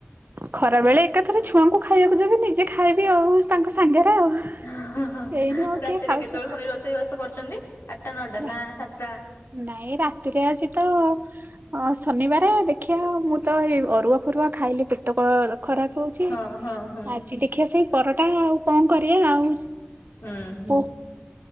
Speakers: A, on the right; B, on the left.
A: ଖରାବେଳେ ଏକାଥରେ ଛୁଆଙ୍କୁ ଖାଇବାକୁ ଦେବି ନିଜେ ଖାଇବି ଆଉ ତାଙ୍କ ସାଙ୍ଗରେ ଆଉ
B: ହଁ ହଁ
A: ଏଇନୁ ଆଉ
B: ରାତିରେ
A: କିଏ ଖାଉଛି
B: କେତେବେଳେ ପୁଣି ରୋଷେଇବାସ କରୁଛନ୍ତି ଆଠଟା ନଅଟା
A: ହେଲା
B: ନା ସାତଟା?
A: ନାଇଁ ରାତିରେ ଆଜି ତ ହଁ ଶନିବାର ଦେଖିବା ମୁଁ ତ ଏ ଅରୁଆ ଫରୁଆ ଖାଇଲି ପେଟ ଖରାପ ହଉଛି।
B: ହଁ ହଁ ହଁ।
A: ଆଜି ଦେଖିଆ ସେଇ ପରଟା ଆଉ କଣ କରିବା ଆଉ
B: ହୁଁ ହୁଁ
A: ପ